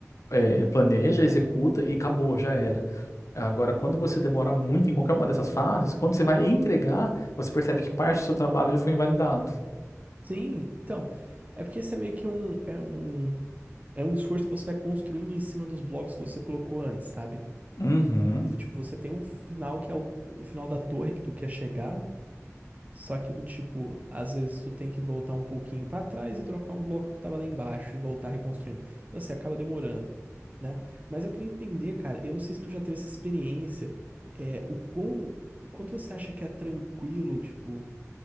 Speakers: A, on the left; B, on the right.
A: eh, planeja, executa e acabou, já era. Agora, quando você demora muito em qualquer uma dessas fases, quando você vai entregar, você percebe que parte do seu trabalho já foi invalidado.
B: Sim, então, é porque isso é meio que um, é um, é um esforço que você vai construindo em cima dos blocos que você colocou antes, sabe?
A: Uhum.
B: E do tipo, você tem um final que é o, o final da torre que tu quer chegar, só que do tipo, às vezes tu tem que voltar um pouquinho pra trás e trocar um bloco que tava lá embaixo e voltar reconstruindo. Então assim, acaba demorando, né? Mas eu queria entender, cara, eu não sei se tu já teve essa experiência, é, o quão, o quanto você acha que é tranquilo, tipo,